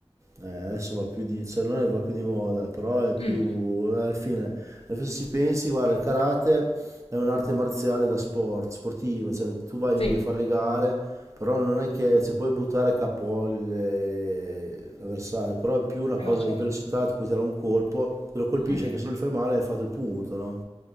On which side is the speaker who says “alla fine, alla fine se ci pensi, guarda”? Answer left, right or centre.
Right